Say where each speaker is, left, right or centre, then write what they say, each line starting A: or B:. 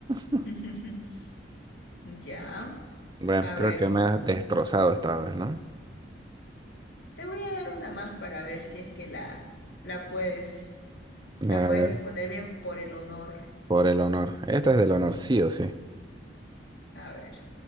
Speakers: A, on the right (about 25°); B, on the left (about 75°).
A: <laughs>
B: <laughs> Ya.
A: Bueno,
B: A
A: creo
B: ver,
A: que me has destrozado esta vez, ¿no?
B: te voy a dar una más para ver si es que la, la puedes,
A: A
B: la puedes
A: ver,
B: responder bien por el honor.
A: por el honor. Esta es del honor, sí o sí.
B: A ver,